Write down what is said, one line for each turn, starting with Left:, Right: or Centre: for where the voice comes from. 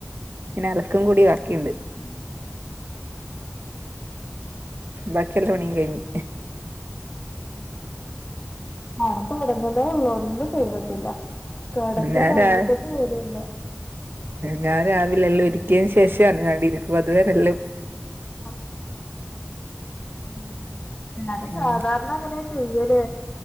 Left: ഉം
Right: ഇനി അലക്കും കൂടി ബാക്കിയുണ്ട്
Left: ഉം അതാണ്
Right: ബാക്കി എല്ലാ പണിം കഴിഞ്ഞ്
Left: ഉറക്കം ഉണർന്നതേ ഒള്ളൂ ഒന്നും ചെയ്തിട്ടില്ല കിടക്കന്ന്
Right: ഞാൻ രാ
Left: എണീറ്റട്ട് പോലുമില്ല
Right: ഞാൻ രാവിലെ എല്ലാം ഒരുക്കിയന് ശേഷമാണ് <unintelligible> അതുവരെല്ലാം-
Left: ആഹ് ആഹ് ഞാൻ
Right: ഉം
Left: സാധാരണ അങ്ങനെയാ ചെയ്യാല്